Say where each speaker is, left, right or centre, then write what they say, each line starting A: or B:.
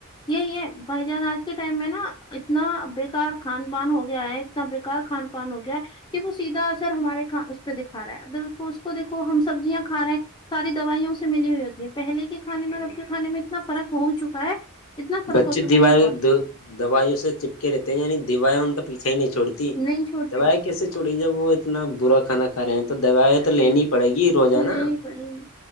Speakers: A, on the left; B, on the left.
A: یہی ہے بھائی جان آج کے ٹائم میں نا اتنا بیکار کھان پان ہو گیا ہے اتنا بیکار کھان پان ہو گیا کہ وہ سیدھا اثر ہمارے کھ اس پہ دکھا رہا ہے اس کو دیکھو ہم سبزیاں کھا رہے ہیں ساری دوائیوں سے ملی ہوئی ہوتی ہے پہلے کے کھانے میں
B: جی جی
A: اب کے کھانے میں اتنا فرق ہو چکا ہے اتنا فرق
B: بچے
A: ہو چکا
B: دیوال
A: ہے کہ بہت
B: دو دوائیوں سے چپک رہتے ہیں یعنی دوائیا ان کا پیچھے ہی نہیں چھوڑتی
A: نہیں چھوڑتی
B: دوائیں کیسے چھوڑی جب وہ اتنا برا کھانا کھا رہے ہیں تو دوائیں
A: بس
B: تو لینی پڑے گی روزانہ
A: لینی پڑیں گی